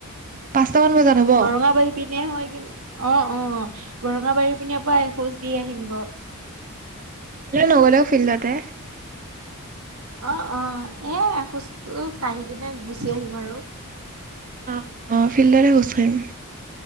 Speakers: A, on the right (about 40°); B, on the right (about 80°).
A: পাঁচটামান বজাত হ'ব
B: বৰঙা বাহি পিনে হয় কিনে। অ, অ, বৰঙা বাৰী পিনে পৰাই এখোজ দি আহিম ক।
A: নগ'লেও ফিল্ডতে।
B: অ, অ এখোজ কাঢ়ি কিনে গুচি আহিম আৰু।
A: অ, অ ফিল্ডত তে খোজ কাঢ়িম।